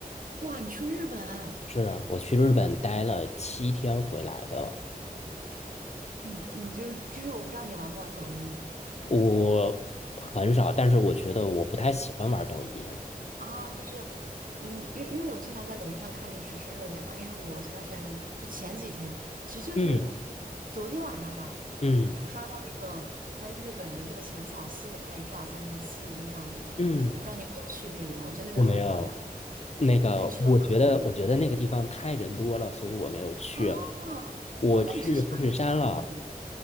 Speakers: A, on the right; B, on the left.
A: 哇，你去了日本，
B: 是啊，我去日本待了七天回来的，
A: 你你就就是我不知道你玩不玩抖音。
B: 我很少，但是我觉得我不太喜欢玩抖音。
A: 啊，就是，嗯，因为因为我经常在抖音上看那个实时热点嘛，因为我前段时间就前几天，其实就是
B: 嗯
A: 昨天晚上吧，
B: 嗯
A: 我刷到那个在日本的那个浅草寺的拍照，在那个寺庙里面，
B: 嗯，
A: 我不知道你有没有去那边，我觉得那边好漂亮。
B: 我没有。那个，
A: 那你去了哪些地方？
B: 我觉得，我觉得那个地方太人多了，所以我没有去。
A: 哦，
B: 我去富士山了，
A: 哦，那你是喜欢比较小众的地方